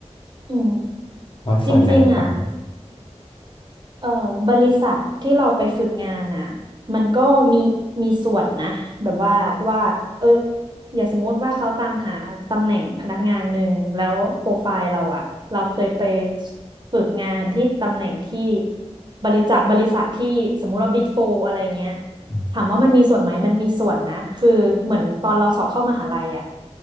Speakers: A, on the right (about 40°); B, on the left (about 45°).
A: อืม
B: เพราะส่วนใหญ่ผม
A: จริงๆอ่ะเอ่อบริษัทที่เราไปฝึกงานอ่ะมันก็มีมีส่วนนะแบบว่าว่าเอออย่างสมมติว่าเขาตามหาตำแหน่งพนักงานหนึ่งแล้วโปรไฟล์เราอ่ะเราเคยไปฝึกงานที่ตำแหน่งที่บริจากบริษัทที่สมมติว่าบิ๊กโฟอะไรเงี้ย
B: อื
A: ถามว่ามันมีส่วนไหมมันมีส่วนนะคือเหมือนตอนเราสอบเข้ามหาลัยอะ